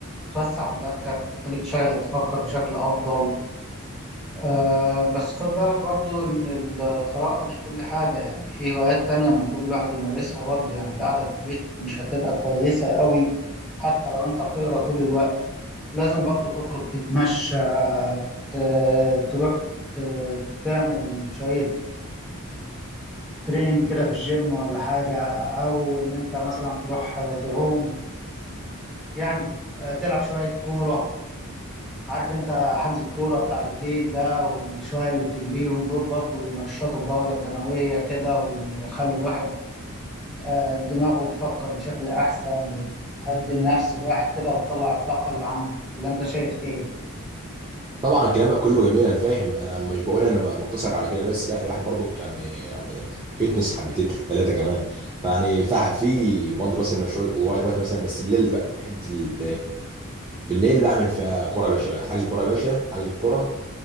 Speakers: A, in the centre; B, on the right (about 20°).
A: توسع مداركك تخليك تشا- تفكر بشكل أفضل آه بس خد بالك برضو إن القراءة مش كل حاجة يعني في هوايات تانية المفروض الواحد يمارسها برضو يعني القعدة في البيت مش هتبقى كويسة قوي حتى لو أنت بتقرأ طول الوقت لازم برضو تخرج تتمشى ت- تروح ت- تعمل شوية تريننج كده في الجيم ولا حاجة أو إن أنت مثلا تروح تعوم يعني آه، تلعب شوية كورة عارف انت حجز الكورة بتاع بالليل ده والشوية اللي بتجريهم دول برضو ينشطوا الدورة الدموية كده ويخلوا الواحد آه، دماغه تفكر بشكل أحسن وتهدي نفس الواحد كده وتطلع الطاقة اللي عنده ولا انت شايف ايه؟
B: طبعا كلامك كله جميل انا فاهم انا مش بقول انا بقى مقتصر على كده بس لا الواحد برضو يعني يعني فيتنس حبتين ثلاثه كمان فيعني فح- في برضه بس انه شويه وقت مثلا بس بالليل بقى حته ال- بالليل بعمل فيها كوره يا باشا بقى. حجز كوره يا باشا حجز الكوره